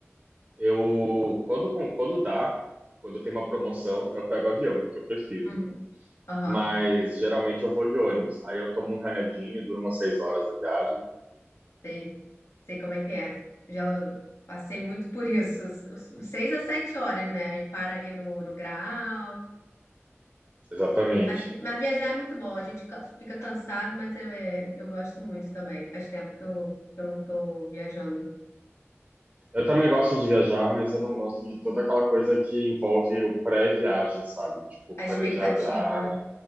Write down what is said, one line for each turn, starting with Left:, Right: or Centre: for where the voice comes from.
Right: Eu, quando, com- quando dá, quando tem uma promoção, eu pego avião, porque eu prefiro.
Left: Uhum. Aham.
Right: Mas geralmente eu vou de ônibus. Aí eu tomo um remedinho, dura umas seis horas da viagem.
Left: Sei, sei como é que é. Já passei muito por isso. S- s- Seis a sete horas, né? E para ali no, no Graal.
Right: Exatamente.
Left: Mas, vi- mas viajar é muito bom. A gente ca- fica cansado, mas eu, é, eu gosto muito também. Faz tempo que eu, que eu não tô viajando.
Right: Eu também gosto de viajar, mas eu não gosto de toda aquela coisa que envolve o pré-viagem, sabe? Tipo,
Left: A expectativa,
Right: planejar a viagem,
Left: né?